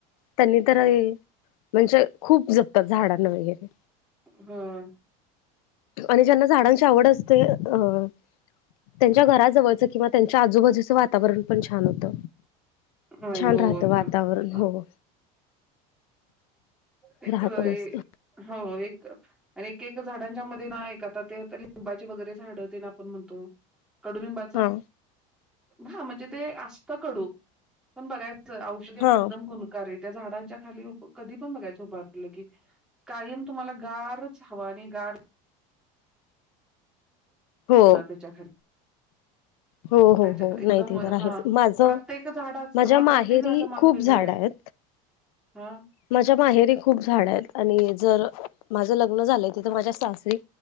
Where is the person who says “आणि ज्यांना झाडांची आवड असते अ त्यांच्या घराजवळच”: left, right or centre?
Left